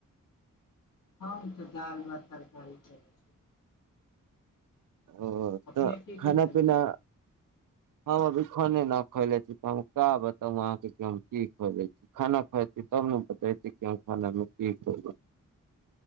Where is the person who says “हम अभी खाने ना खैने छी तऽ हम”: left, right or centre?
Right